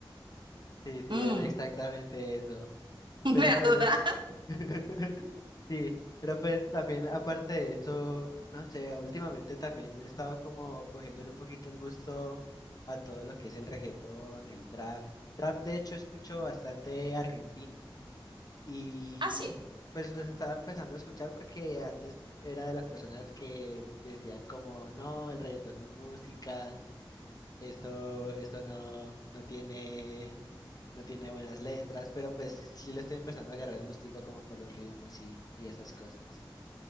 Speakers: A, on the left (about 45°); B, on the right (about 60°).
A: Sí, sí,
B: Mm,
A: es exactamente eso.
B: <laughs> ¿verdad?
A: Pero pues, <laughs> sí, pero pues también aparte de eso, no sé, últimamente también he estado como cogiéndole un poquito el gusto a todo lo que es el reggaetón, el trap. Trap, de hecho, escucho bastante argentino y,
B: Ah, sí.
A: y pues los estaba empezando a escuchar porque antes era de las personas que decían como, no, el reggaetón no es música. Eso, eso no, no tiene, no tiene buenas letras, pero pues sí le estoy empezando a agarrar el gustico como por los ritmos y, y esas cosas.